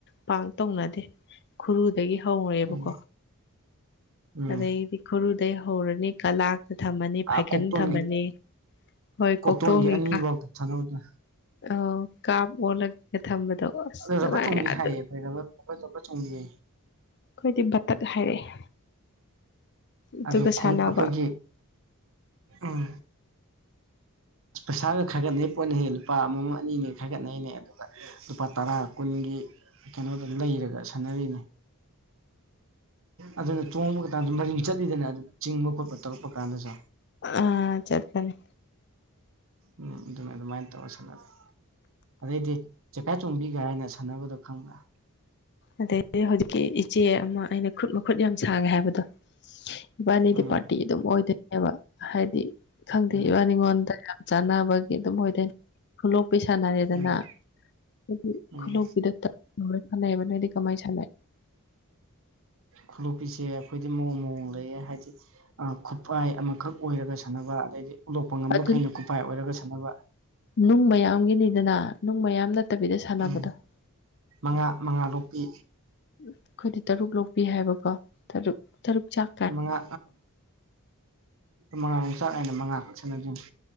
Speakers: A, on the left (about 50°); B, on the right (about 65°).
A: ꯄꯥꯡ ꯇꯧꯅꯗꯦ ꯈꯨꯔꯨꯗꯒꯤ ꯍꯧꯔꯦꯕꯀꯣ
B: ꯎꯝ ꯎꯝ
A: ꯑꯗꯩꯗꯤ ꯒꯨꯔꯨꯗꯩ ꯍꯧꯔꯅꯤ ꯀꯂꯥ ꯊꯝꯃꯅꯤ
B: ꯑꯥ
A: ꯐꯥꯏꯀꯜ
B: ꯀꯣꯛꯇꯣꯟꯒꯤ
A: ꯊꯝꯃꯅꯤ ꯍꯣꯏ
B: ꯀꯣꯛꯇꯣꯟꯒꯤ
A: ꯀꯣꯛꯇꯣꯡꯒꯤꯀ
B: ꯑꯅꯤꯐꯥꯎꯗ ꯁꯥꯟꯅꯕꯗ
A: ꯑ ꯀꯥꯞ ꯑꯣꯜꯂꯒ ꯊꯝꯕꯗꯣ ꯑꯁ
B: ꯑꯔꯕ
A: ꯅꯨꯡꯉꯥꯏ
B: ꯆꯣꯡꯕꯤ
A: ꯑꯗꯨ
B: ꯍꯥꯏꯌꯦ ꯐꯔꯕ ꯆꯣꯡꯕꯤ ꯍꯥꯏꯌꯦ
A: ꯑꯩꯈꯣꯏꯗꯤ ꯕꯇꯠ ꯍꯥꯏꯔꯛꯑꯦ ꯑꯗꯨꯒ
B: ꯑꯗꯨꯣꯡ
A: ꯁꯥꯟꯅꯕ
B: ꯑꯩꯈꯣꯏꯒꯤ ꯎꯝ ꯄꯩꯁꯥꯒ ꯈꯪꯒꯅꯤꯄꯣꯅꯤ ꯍꯦꯜꯂꯨ ꯂꯨꯄꯥ ꯑꯃꯃꯝ ꯑꯅꯤꯅꯤ ꯈꯥꯏꯒꯠꯅꯩꯅꯦ ꯑꯗꯨꯒ ꯂꯨꯄꯥ ꯇꯔꯥ ꯀꯨꯟꯒꯤ ꯀꯩꯅꯣꯗꯝ ꯂꯩꯔꯒ ꯁꯥꯟꯅꯔꯤꯅꯦ ꯑꯗꯨꯅ ꯆꯣꯡꯕ ꯀꯥꯟꯁꯨ ꯃꯔꯤꯡ ꯆꯠꯂꯤꯗꯅ ꯑꯗꯨ ꯆꯤꯡꯕ ꯈꯣꯠꯄ ꯇꯧꯔꯛꯄ ꯀꯥꯟꯗꯁꯨ
A: ꯑ ꯆꯠꯄꯅꯤ
B: ꯎꯝ ꯑꯗꯨꯝ ꯑꯗꯨ ꯃꯥꯏꯅ ꯇꯧꯉꯁꯅꯦ ꯑꯗꯩꯗꯤ ꯆꯀꯥ ꯆꯣꯡꯕꯤꯒ ꯍꯥꯏꯅ ꯁꯥꯟꯅꯕꯗꯣ ꯈꯪꯕ꯭ꯔꯥ
A: ꯑꯗꯗꯒꯤꯗꯤ ꯍꯧꯖꯤꯛꯀꯤ ꯏꯆꯦ ꯑꯃ ꯑꯩꯅ ꯈꯨꯠ ꯃꯈꯨꯠ ꯌꯥꯝ ꯁꯥꯡꯉꯦ ꯍꯥꯏꯕꯗꯣ ꯏꯕꯥꯅꯤꯗꯤ
B: ꯎꯝ
A: ꯄꯥꯔꯇꯤ ꯑꯗꯨꯝ ꯑꯣꯏꯗꯣꯏꯅꯦꯕ ꯍꯥꯏꯗꯤ ꯈꯪꯗꯦ
B: ꯎꯝ
A: ꯏꯕꯥꯅꯤꯉꯣꯟꯗ ꯆꯅꯥꯕꯒꯤ ꯑꯗꯨꯝ ꯑꯣꯏꯣꯏꯗꯣꯏꯅꯦ ꯈꯨꯂꯣꯛꯄꯤ ꯁꯥꯟꯅꯔꯦꯗꯅ
B: ꯎꯝ
A: ꯍꯥꯏꯗꯤ
B: ꯎꯝ
A: ꯈꯨꯂꯣꯛꯄꯤꯗꯔ ꯁꯥꯟꯅꯩꯕ ꯅꯣꯏꯗꯤ ꯀꯃꯥꯏ ꯁ
B: ꯈꯨꯂꯣꯛꯄꯤꯁꯦ ꯑꯩꯈꯣꯏꯗꯤ ꯃꯑꯣꯡ ꯃꯑꯣꯡ ꯂꯩꯌꯦ ꯍꯥꯏꯗꯤ ꯈꯨꯠꯄꯥꯏ ꯑꯃꯈꯛ ꯑꯣꯏꯔꯒꯁꯨ ꯁꯥꯟꯅꯕ ꯑꯗꯩꯗꯤ ꯎꯠꯂꯣꯛꯄ ꯉꯝꯕꯈꯩꯅ
A: ꯑꯗꯨ
B: ꯎꯄꯥꯏ ꯑꯣꯏꯔꯒ ꯁꯥꯟꯅꯕ
A: ꯅꯨꯡ ꯃꯌꯥꯝꯒꯤꯅꯤꯗꯅ ꯅꯨꯡ ꯃꯌꯥꯝꯅ ꯠꯇꯕꯤꯗ ꯁꯥꯟꯅꯕꯗ
B: ꯎꯝ
A: ꯑꯩꯈꯣꯏꯗꯤ
B: ꯃꯉꯥ ꯃꯉꯥ ꯂꯣꯛꯄꯤ
A: ꯇꯔꯨꯛ ꯂꯧꯕꯤ ꯍꯥꯏꯕꯀꯣꯨꯛ ꯇꯔꯨꯛ ꯆꯥꯛ
B: ꯃꯉꯥ ꯃꯉꯥꯔꯣꯝ ꯆꯥꯛ ꯍꯥꯏꯏꯅ ꯃꯉꯥꯛ ꯁꯥꯟꯟꯅꯗ꯭ꯣꯏꯅꯤ